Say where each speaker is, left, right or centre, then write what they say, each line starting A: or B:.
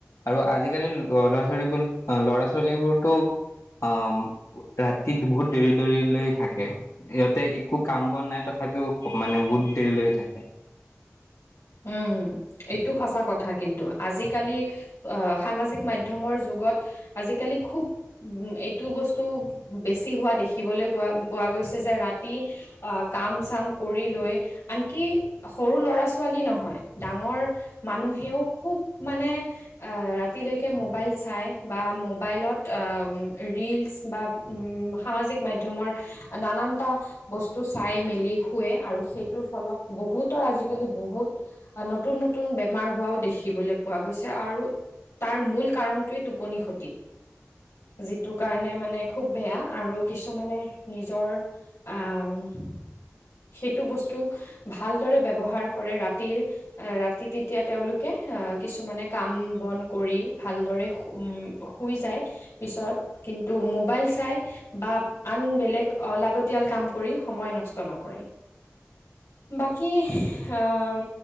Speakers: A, on the left; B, on the left.
A: আৰু আজিকালি ল'ৰা-ছোৱালীবোৰ ল'ৰা- ছোৱালীবোৰতো, আহ', - ৰাতিত বহুত দেৰি দেৰি লৈ থাকে। ইহঁতে একো কাম বন নাই তথাপিও মানে বহুত দেৰি লৈকে থাকে।
B: উম এইটো সঁচা কথা কিন্তু আজিকালি আহ সামাজিক মাধ্যমৰ যুগত আজিকালি খুব এইটো বস্তু বেছি হোৱা দেখিবলে পোৱা গৈছে যে ৰাতি আহ কাম চাম কৰি লৈ আনকি সৰু ল'ৰা ছোৱালী নহয়, ডাঙৰ মানুহেও খুব মানে ৰাতিলৈকে মোবাইল চাই বা মোবাইলত ৰিলচ বা উম সামাজিক মাধ্যমৰ নানানটা বস্তু চাই মেলি শুৱে আৰু সেইটোৰ ফলত বহুতৰ আজি কালি বহুত নতুন নতুন বেমাৰ হোৱাও দেখিবলৈ পোৱা গৈছে আৰু তাৰ মূল কাৰণটোৱে টোপনি খতি। যিটো কাৰণে মানে খুব বেয়া আৰু কিছুমানে নিজৰ আহ সেইটো বস্তু ভালদৰে ব্যৱহাৰ কৰে ৰাতিৰ ৰাতি তেতিয়া তেওঁলোকে আহ কিছুমানে কাম বন কৰি ভালদৰে সোম শুই যায় পিছত কিন্তু মোবাইল চাই বা আন বেলেগ অলাগতিয়াল কাম কৰি সময় নষ্ট নকৰে। বাকী আহ